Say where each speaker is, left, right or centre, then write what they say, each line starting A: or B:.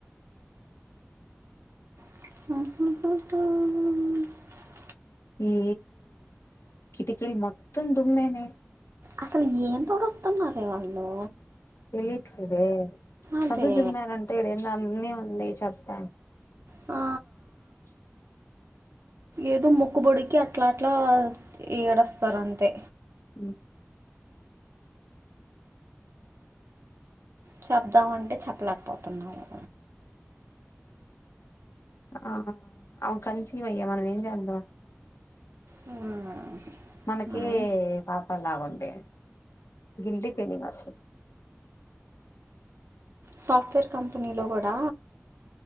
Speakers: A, on the right (about 65°); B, on the left (about 65°).
A: ఉ <inaudible>
B: ఈ కిటికీల్ మత్తం దుమ్మె అ
A: అసలు ఏం తోడు వస్తున్నారే వాళ్ళు
B: తెలిట్ ఇే
A: అదే
B: కసుు జుమ్మార్ అంట ఇ ఎందు అన్నీ వంద చెప్ప
A: ఆ
B: <inaudible>
A: ఏదో మొక్కుబొడికి అట్లా అట్లా ఏడస్తారు అంతే
B: అ
A: చెప్దామ అంటే చెప్పలేకపోతున్నాము
B: ఆ అన్ కనించివయ్యా మనం ఏంజంద
A: మ్మ్.
B: మనకే
A: మనమే
B: పాపల్ ఆగుంటు అ గంది పేడి వస్త
A: సాఫ్ట్వేర్ కంపెనీలో కూడా